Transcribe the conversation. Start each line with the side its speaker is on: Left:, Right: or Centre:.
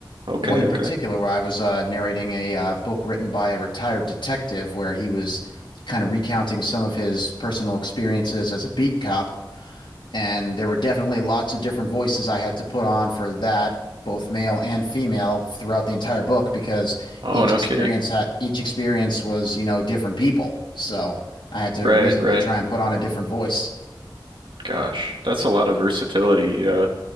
Right: Okay,
Left: one in
Right: okay.
Left: particular where I was uh, narrating a uh, book written by a retired detective where he was kind of recounting some of his personal experiences as a beat cop And there were definitely lots of different voices I had to put on for that, both male and female, throughout the entire book because
Right: Oh,
Left: each
Right: no
Left: experience
Right: kidding.
Left: had each experience was, you know, different people. So I had to
Right: Right,
Left: reasonably
Right: right.
Left: try and put on a different voice.
Right: Gosh, that's a lot of versatility. Uh,